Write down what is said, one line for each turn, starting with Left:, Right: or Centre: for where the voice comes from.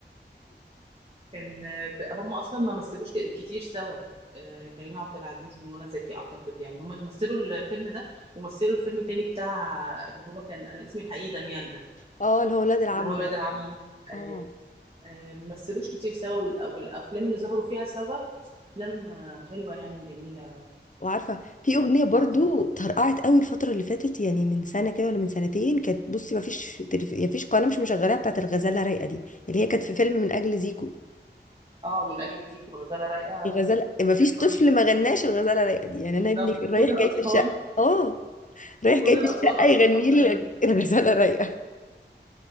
Right: كان آه، هم اصلا ما مثلوش ك- كتير سوا آه، كريم عبد العزيز ومنى زكي اعتقد يعني هم مثلوا الفيلم ده ومثلوا الفيلم تاني بتاع اللي هو كان انا اسمي الحقيقي دانيال ده
Left: <laughs> أه اللي هو ولاد العم
Right: اللي هو ولاد
Left: ده
Right: العم ايوه
Left: أه
Right: آه، ممثلوش كتير سوا والأ- والافلام اللي ظهروا فيها سوا افلام آه، حلوه يعني وجميله
Left: وعارفه في
Right: يعني
Left: اغنيه
Right: سبحان
Left: برضو
Right: الله.
Left: طرقعت قوي الفتره اللي فاتت يعني من سنه كده ولا من سنتين كانت بصي ما فيش تلف... يعني ما فيش قناه مش مشغلاها بتاعت الغزاله رايقه دي اللي هي كانت في فيلم من اجل زيكو
Right: اه من اجل ديك والغزاله رايقه
Left: الغزاله ما فيش
Right: كانت
Left: طفل
Right: رهيبه
Left: ما غناش الغزاله رايقه دي يعني
Right: بالظبط
Left: انا ابني كان
Right: وكل
Left: رايح
Right: الاطفال
Left: جاي في الشقه اه رايح
Right: كل
Left: جاي
Right: الاطفال
Left: في الشقه
Right: اصلا
Left: يغني
Right: تقعد تغنيها
Left: لي الغزاله رايقه